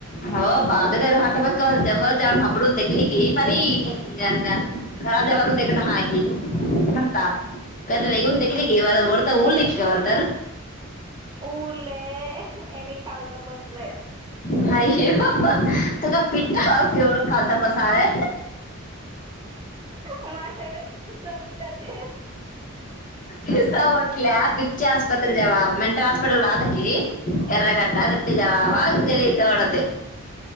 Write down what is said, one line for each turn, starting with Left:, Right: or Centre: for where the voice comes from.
Left: हो बादरर हाटपाका जव जा हांबडून देखली की मारी ना खज वरदगन हकी अंत काघून देली क वरता ऊल दे का वरदर
Right: उरले आणिनी खालत बसलय
Left: काय ये तु का पिठावढ खात बसारा
Right: माझ पिसा उठा ते
Left: पसा उटल्या पि्च्याप रत जवाब मेट हॉस्पिटल राहत क एर्र गटा रत जवाब जली यत डते